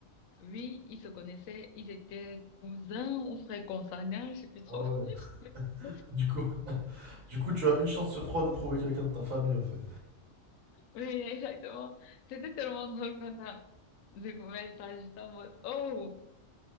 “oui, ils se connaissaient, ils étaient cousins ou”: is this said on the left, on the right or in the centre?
Left